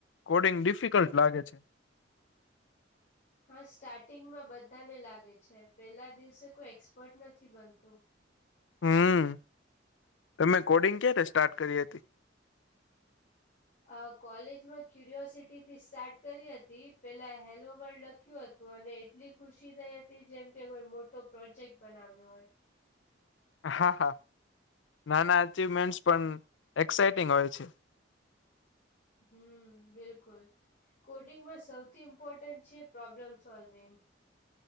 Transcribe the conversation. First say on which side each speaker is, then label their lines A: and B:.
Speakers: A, on the left (about 75°); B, on the left (about 40°).
A: કોડિંગ ડિફિકલ્ટ લાગે છે. <inaudible>
B: હા સ્ટાર્ટિંગમાં બધાને લાગે છે પેલા દિવસે કોઈ એક્સપર્ટ નથી બનતું.
A: હમ તમે કોડિંગ ક્યારે સ્ટાર્ટ કરી હતી. <inaudible>
B: અ કોલેજમાં ક્યુરિયોસિટી થી સ્ટાર્ટ કરી હતી પેલા હેલોવર્ લખ્યું હતું અને. એટલી ખુશી થઈ હતી જેમ કે કોઈ મોટો પ્રોજેક્ટ બનાવ્યો હોય.
A: હા હા નાના અચીવમેન્ટ પણ એક્સાઈટિંગ હોય છે.
B: હમ બિલકુલ. કોડિંગમાં સૌથી ઇમ્પોર્ટન્ટ છે પ્રોબ્લેમ સોલ્વિંગ.